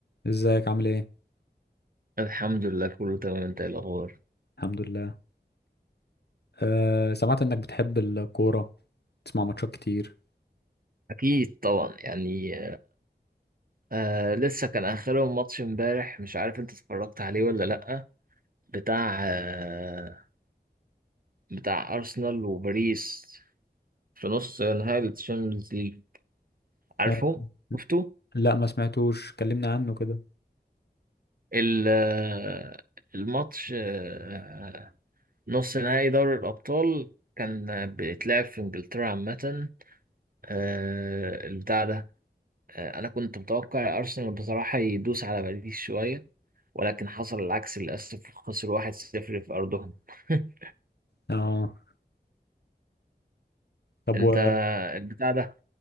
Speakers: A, on the left (about 70°); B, on the right (about 55°).
A: ازيك عامل ايه؟
B: الحمد لله كله تمام انت ايه الاخبار
A: الحمد لله أه سمعت انك بتحب الكورة تسمع ماتشات كتير
B: اكيد طبعا يعني آه لسه كان اخرهم ماتش امبارح مش عارف انت اتفرجت عليه ولا لا بتاع آه بتاع ارسنال وباريس في نص نهائي الشامبيونز ليج عارفه
A: أه
B: شفته
A: لا ما سمعتوش كلمنا عنه كده
B: ال- آه، الماتش آه نص نهائي دوري الابطال كان بيتلعب في انجلترا عامة آه البتاع ده آه انا كنت متوقع ارسنال بصراحة يدوس على باريس شوية ولكن حصل العكس للأسف خسروا 1-0 في أرضهم <laughs>
A: اه طب
B: أنت
A: و
B: البتاع ده